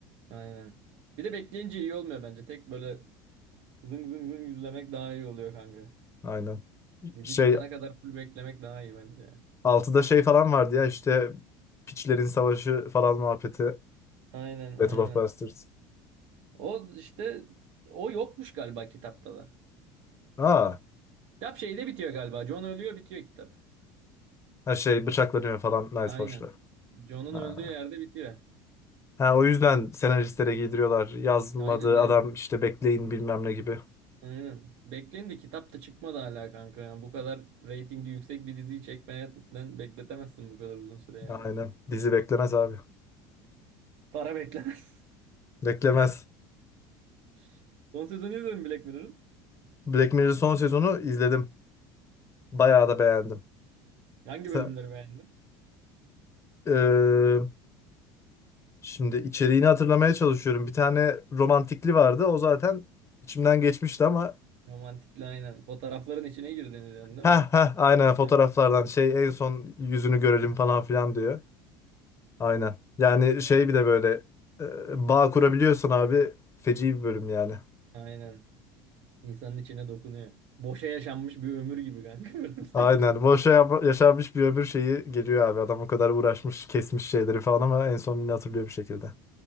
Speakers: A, on the right; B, on the left.
A: aynen. Bir de bekleyince iyi olmuyor bence. Tek böyle zıng zıng zıng izlemek daha iyi oluyor kanka.
B: Aynen.
A: Dizi
B: Şey
A: çıkana kadar full beklemek daha iyi bence.
B: altıda şey falan vardı ya işte Piçlerin Savaşı falan muhabbeti.
A: Aynen
B: Battle
A: aynen.
B: of Bastards.
A: O işte o yokmuş galiba kitapta da.
B: Aa,
A: Kitap şeyde bitiyor galiba. John ölüyor bitiyor kitap.
B: ha şey bıçaklanıyor falan Nice
A: Aynen.
B: Forge'da.
A: John'un
B: Ha.
A: öldüğü yerde bitiyor.
B: ha o yüzden senaristlere giydiriyorlar. Yazmadığı
A: Aynen aynen.
B: adam işte bekleyin bilmem ne gibi.
A: Aynen. Bekleyin de kitap da çıkmadı hala kanka. Yani bu kadar reytingi yüksek bir diziyi çekmeden bekletemezsin bu kadar uzun süre yani.
B: Aynen. Dizi beklemez abi.
A: Para beklemez.
B: Beklemez.
A: <laughs> Son sezonu izledin mi Black Mirror'ın?
B: Black Mirror son sezonu izledim. Bayağı da beğendim.
A: Hangi
B: Sen,
A: bölümleri beğendin?
B: Ee, şimdi içeriğini hatırlamaya çalışıyorum. Bir tane romantikli vardı. O zaten içimden geçmişti ama
A: Romantikli aynen. Fotoğrafların içine girdiğini diyorsun değil
B: Ha
A: mi?
B: ha aynen fotoğraflardan
A: Ha,
B: şey en son yüzünü görelim falan filan diyor. Aynen. Yani şey bir de böyle e, bağ kurabiliyorsun abi. Feci bir bölüm yani.
A: Aynen. İnsanın içine dokunuyor. Boşa yaşanmış bir ömür gibi kanka <laughs> bölüm sanki.
B: Aynen. Boşa yap- yaşanmış bir ömür şeyi geliyor abi. Adam o kadar uğraşmış, kesmiş şeyleri falan ama en son yine hatırlıyor bir şekilde.